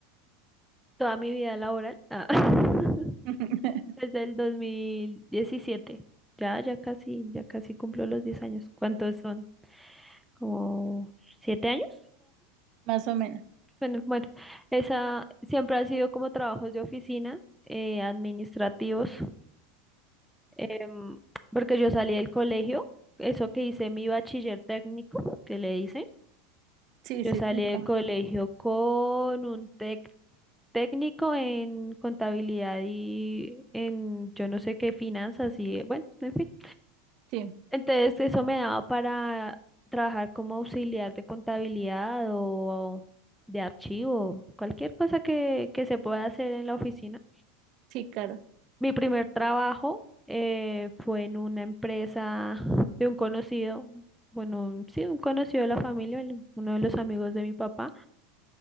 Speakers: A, in the centre; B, on the right.
A: toda mi vida laboral, ah, <laughs>
B: <laughs>
A: desde el 2017. Ya, ya casi, ya casi cumplo los 10 años. ¿Cuántos son? ¿Como siete años?
B: Más o menos.
A: Bueno, bueno, esa siempre ha sido como trabajos de oficina, eh, administrativos, em, porque yo salí del colegio, eso que hice mi bachiller técnico, que le hice,
B: Sí,
A: yo
B: sí,
A: salí
B: sí, sí,
A: del
B: también.
A: colegio con un tec- técnico en contabilidad y en yo no sé qué finanzas y bueno, en fin.
B: Sí,
A: Entonces, eso me daba para trabajar como auxiliar de contabilidad o de archivo, cualquier cosa que, que se pueda hacer en la oficina.
B: sí, claro.
A: Mi primer trabajo eh, fue en una empresa de un conocido, bueno, un- sí, un conocido de la familia, el- uno de los amigos de mi papá.